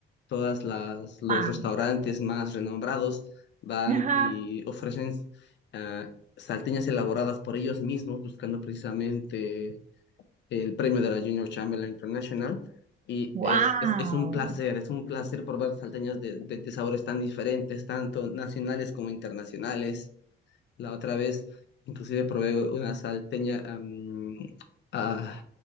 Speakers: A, on the left; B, on the right.
A: Todas las los
B: Ah,
A: restaurantes más renombrados van
B: Ajá.
A: y ofrecen ah, salteñas elaboradas por ellos mismos, buscando precisamente el premio de la Junior Chamberlain International. Y
B: Wow.
A: es, es, es un placer, es un placer probar salteñas de, de, de sabores tan diferentes, tanto nacionales como internacionales. La otra vez, inclusive probé una salteña am, ah,